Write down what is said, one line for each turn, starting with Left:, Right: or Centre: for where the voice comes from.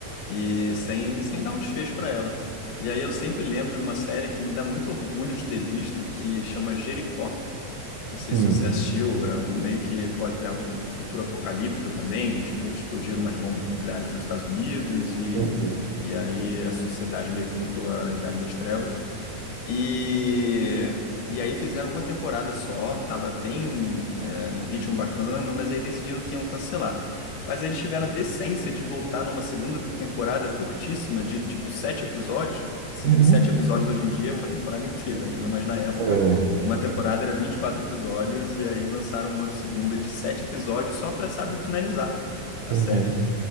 Left: e sem, sem dar um desfecho pra ela. E aí eu sempre lembro de uma série que me dá muito orgulho de ter visto, que chama Jericó. Não sei
Right: Hum.
Left: se você assistiu, é um meio que pós- é um um futuro apocalíptico também. explo- Explodiram umas bombas nucleares nos Estados Unidos e,
Right: Uhum.
Left: e aí a sociedade meio que voltou à Idade das Trevas. E, e aí fizeram uma temporada só, tava bem é, num ritmo bacana, mas aí decidiram que iam cancelar. Mas aí eles tiveram a decência de voltar numa segunda temporada curtíssima, de tipo sete episódios. Se
Right: Uhum.
Left: bem que sete episódios hoje em dia é uma temporada inteira, né? mas na época
Right: É.
Left: uma temporada era 24 episódios, e aí lançaram uma segunda de sete episódios só pra, sabe, finalizar a
Right: Uhum,
Left: série.